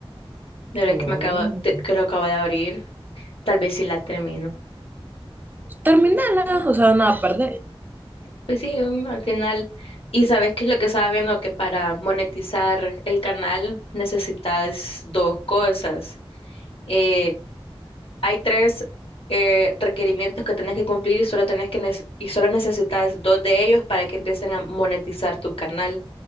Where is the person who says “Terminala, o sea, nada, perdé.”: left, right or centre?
Right